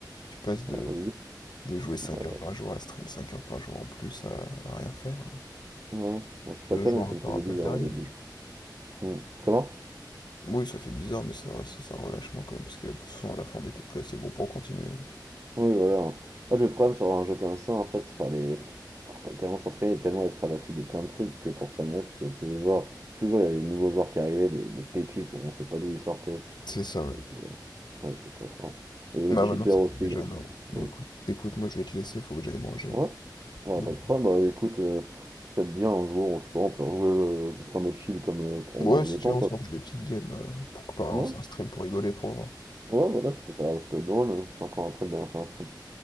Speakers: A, on the left (about 65°); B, on the right (about 40°).
A: Tu passes
B: Ouais,
A: de,
B: au début, c'était-
A: De jouer 5
B: ouais, bah...
A: heures par jour, à stream 5 heures par jour en plus, à, à rien faire. hein.
B: ouais, bon, je sais pas
A: De
B: toi,
A: jouer
B: mais
A: encore
B: ça me faisait
A: un peu
B: bizarre
A: derrière.
B: au début. je- Hmm. Comment?
A: Oui, ça fait bizarre, mais c'est vrai, c'est c'est un relâchement quand même, parce que de toute façon, à la fin, on n'était plus assez bon pour continuer. hein.
B: Oui, voilà. En fait, le problème sur un jeu comme ça, en fait, fallait, ah, fallait tellement s'entraîner, et tellement être à l'affût de plein de trucs que pour s'améliorer, parce que tous les joueurs, toujours il y a des nouveaux joueurs qui arrivaient, des, des pépites où on sait pas d'où ils sortaient.
A: C'est ça, ouais.
B: Ils étaient- ouais, c'était trop fort. Et les
A: Bah
B: cheaters
A: maintenant, c'est
B: aussi.
A: que t'es
B: également.
A: jeune. hein. Bon,
B: Et-
A: écoute, écoute, moi, je vais te laisser, faut que j'aille manger.
B: Ouais, ouais,
A: Donc,
B: pas de problème. Bah écoute, euh, si ça te dit un jour, je sais pas, on peut rejouer euh, juste en mode chill comme euh, pour
A: Ouais,
B: au bon
A: si
B: vieux
A: tu
B: temps,
A: veux, on
B: quoi.
A: s'en fait des petites games euh, pour, pour lancer
B: Ouais,
A: un stream pour rigoler, pour voir.
B: ouais, voilà, ça peut faire, ça peut être drôle, euh, cinq ans après de balancer un stream.